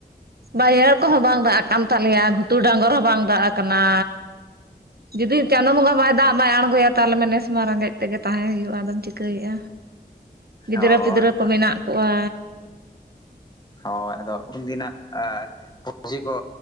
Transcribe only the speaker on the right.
ᱵᱟᱭᱦᱟᱹᱲ ᱠᱚᱦᱚᱸ ᱵᱟᱝ ᱫᱟᱜ ᱟᱠᱟᱱ ᱛᱟᱞᱮᱭᱟ ᱜᱷᱩᱴᱩ ᱰᱟᱝᱜᱚᱨ ᱦᱚᱸ ᱵᱟᱝ ᱫᱟᱜ ᱟᱠᱟᱱᱟ ᱡᱩᱫᱤ ᱪᱟᱸᱫᱚᱚ ᱵᱚᱸᱜᱟ ᱵᱟᱭ ᱫᱟᱜ ᱵᱟᱭ ᱟᱬᱜᱚᱭᱟ ᱛᱟᱞᱢᱮ ᱱᱮᱥ ᱢᱟ ᱨᱮᱸᱜᱮᱡ ᱛᱮᱜᱮ ᱛᱟᱦᱮᱸ ᱦᱩᱭᱩᱜᱼᱟ ᱟᱫᱚᱢ ᱪᱤᱠᱟᱹᱭᱮᱫᱼᱟ ᱜᱤᱫᱽᱨᱟᱹ
ᱯᱤᱫᱽᱨᱟᱹ ᱠᱚ ᱢᱮᱱᱟᱜ ᱠᱚᱣᱟ